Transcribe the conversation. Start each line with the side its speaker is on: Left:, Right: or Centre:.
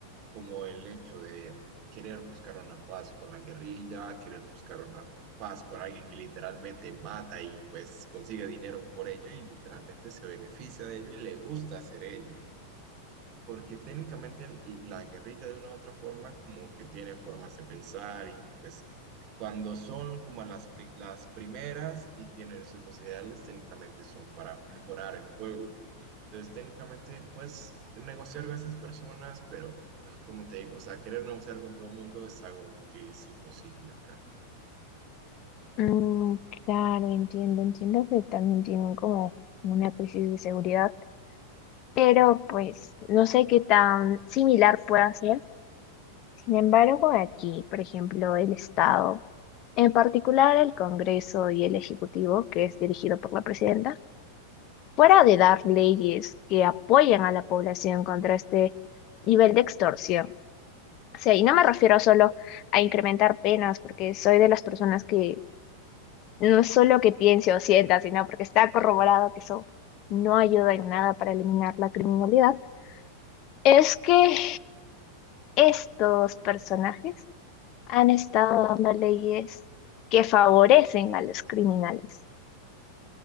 Right: como el hecho de querer buscar una paz con la guerrilla, querer buscar una paz con alguien que literalmente mata y pues consigue dinero por ello y literalmente se beneficia de ello y le gusta hacer ello. Porque técnicamente el- la guerrilla de una u otra forma como que tiene formas de pensar y pues cuando son como las, pri- las primeras y tienen sus mismos ideales, técnicamente son para mejorar el pueblo. Entonces, técnicamente puedes negociar con esas personas, pero ah, como te digo, o sea, querer negociar con todo el mundo es algo que es imposible acá.
Left: Mm, claro, entiendo, entiendo que también tienen como una crisis de seguridad, pero pues no sé qué tan similar pueda ser. Sin embargo, aquí, por ejemplo, el Estado, en particular el Congreso y el Ejecutivo, que es dirigido por la presidenta, fuera de dar leyes que apoyen a la población contra este nivel de extorsión. O sea, y no me refiero solo a incrementar penas, porque soy de las personas que No es solo que piense o sienta, sino porque está corroborado que eso no ayuda en nada para eliminar la criminalidad, es que estos personajes han estado dando leyes que favorecen a los criminales.